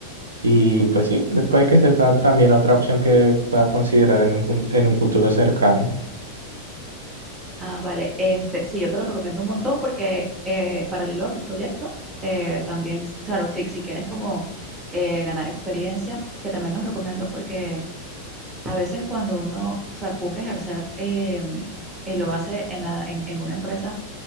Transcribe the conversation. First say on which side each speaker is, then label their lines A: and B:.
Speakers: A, on the right; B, on the right.
A: Y pues sí, puede que sea ta- también otra opción que pueda considerar en un, fut- en un futuro cercano.
B: Ah, vale. Este, sí, yo te lo recomiendo un montón porque eh, paralelo a tu proyecto, eh, también, claro, si, si quieres como eh, ganar experiencia, que también los recomiendo porque a veces cuando uno, o sea, busca ejercer eh, y lo hace en la, en, en una empresa,